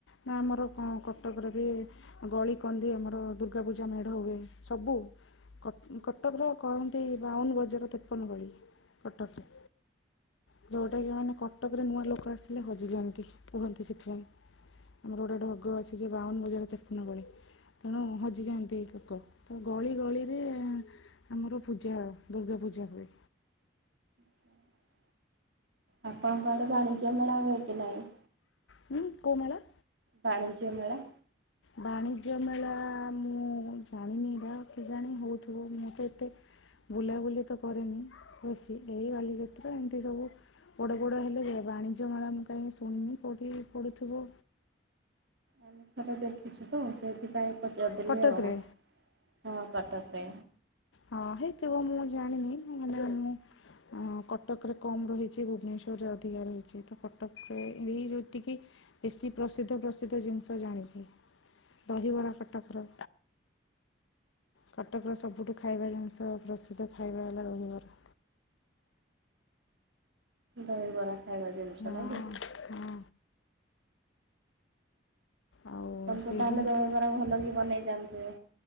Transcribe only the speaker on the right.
<inaudible> ଆପଣଙ୍କ ଆଡେ ବାଣିଜ୍ୟ ମେଳା ହୁଏକି ନାଇଁ?
ବାଣିଜ୍ୟ ମେଳା।
ଆମେ ଥରେ ଦେଖିଛୁ ତ ସେଇଥିପାଇଁ ପଚାରଦେଲି
ଆଉ। ହଁ କଟକରେ।
ଦହିବରା ଖାଇବା ଜିନଷ
ନାଇ କି?
ତମେ ତ
ତାହେଲେ
ଦହିବରା ଭଲ କି ବନେଇ ଜାଣିଥିବେ।